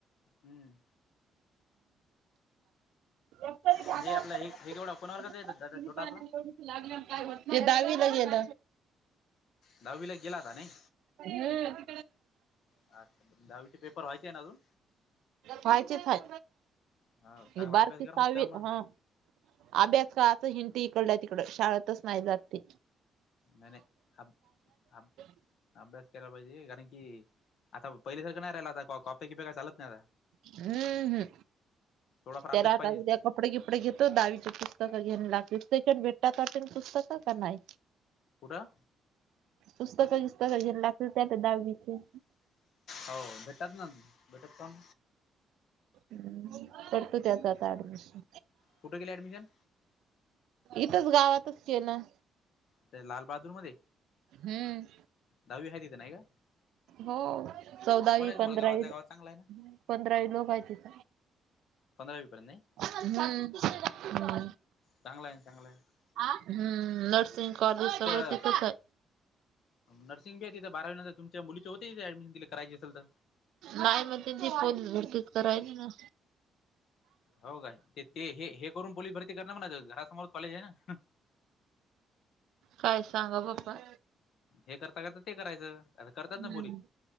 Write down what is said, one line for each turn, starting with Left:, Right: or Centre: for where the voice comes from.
Left: हम्म,
Right: एकतरी ध्यानावर
Left: म्हणजे आपला
Right: पडलं,
Left: हे, हे केवढा कोणावरगच येतात, दादा
Right: तिन्ही
Left: छोटा
Right: पायाने
Left: आपला?
Right: एवढी ते धावीला गेल.
Left: दहावीला गेलाता नाही,
Right: हम्म.
Left: अच दहावीचे पेपर व्हायचे आहे ना अजून?
Right: वायचेच हाय,
Left: हो चांगला
Right: ही बारकी
Left: अभ्यास करा
Right: सवीेत,
Left: मग कर मग
Right: हा अभ्यास कळाच हिंटी, इकडल्या -तिकड शाळेतच नाही जात ते.
Left: नाही नाही अब अब
Right: <unintelligible>
Left: अभ्यास केला पाहिजे, कारण कि आता पहिली सारखं नाही राहिल आता, कॉपी किप्या काय चालत नाही आता.
Right: हम्म. हम्,,
Left: थोडाफार अभ्यास
Right: तेला आता
Left: पाहिजेच
Right: उद्या कपडे- किपडे घेतो, दावीची पुस्तकं घेय लागतील, सकड तेचान भेटतात पुस्तकं, का नाही?
Left: कुठं?
Right: पुस्तक, बिस्तक घेणं लागत की आता दहावीच.
Left: हो भेटात ना, भेटत पण
Right: हम्, करतो त्याच आता ऍडमिशन.
Left: कुठ केलंय ऍडमिशन?
Right: इथंच गावातच केलं.
Left: त्या लालबहादूर मध्ये.
Right: हम्म.
Left: दहावी हाय तिथं नाही का!
Right: हो, चौदावी
Left: बरं आहे मला
Right: -पंधरावी
Left: गावातल्या गावात चांगला आहे ना
Right: पंधरावी लोक हायतीत.
Left: पंधरावी पर्यंत नाही
Right: हम्, हम्म
Left: चांगला आहे चांगला आहे
Right: हम्म, नर्सिंग कॉलेज सगळं
Left: तर
Right: तिथेच हाय.
Left: नर्सिंग बी हाय तिथं, बारावीनंतर तुमच्या मुलीच होते तिथं एडमिशन दि करायची असेल तर
Right: नाही मग त्यांची पोन भरती कराय राहीली ना
Left: हो काय? ते ते हे हे करून पोलीस भरती करणार म्हणा घरासमोर कॉलेज आहे ना.
Right: काय सांगा बाप्पा.
Left: हे करता, करता ते करायचं. आता करतात
Right: हम्म
Left: ना बोरी